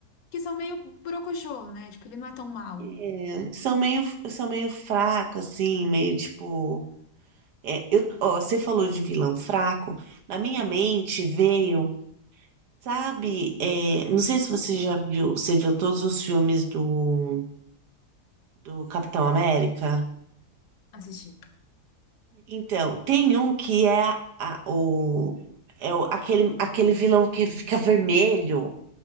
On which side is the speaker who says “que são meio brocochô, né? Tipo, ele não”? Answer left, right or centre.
Left